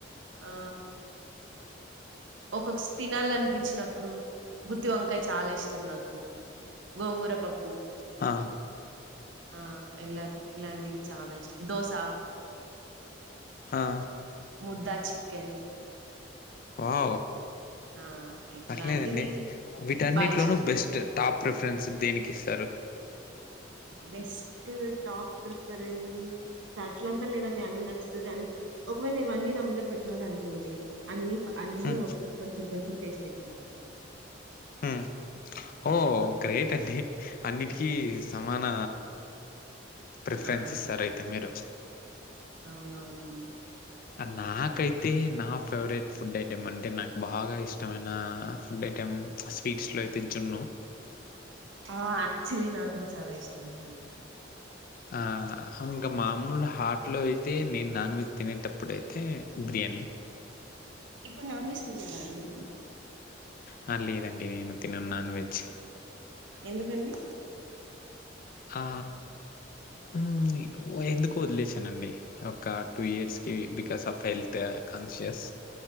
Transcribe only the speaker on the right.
ఆ ఒకొక్స్ తినాలనిపిచినప్పుడు గుత్తి వంకాయ చాలా ఇష్టం నాకు గోంగుర పప్పు
ఆ ఇలా ఇలాంటివి చాలా ఇష్టం దోశ
ముద్దా చికెన్
ఆ ఇట్లాంటివి
బాగా ఇష్టంగా
తింటా
బెస్ట్ టాప్ ప్రిఫరెన్ అట్ల అంతా లేదండి అన్ని నచ్చుతది అన్ని ఒకవేళ ఇవన్నీ నాముందర పెట్టినారనుకోండి అన్ని అన్నీ
<unintelligible> కొంచెం కొంచెం టేస్ట్ చేస్తాండి
హ్మ్
ఆ
అవునవునండి
ఆ ఆక్చులీ నాగ్గూడా చాలా ఇష్టం జిని
ఇప్పుడ్ నాన్ వెజ్ తినరా అండి మీరు
ఎందుకండి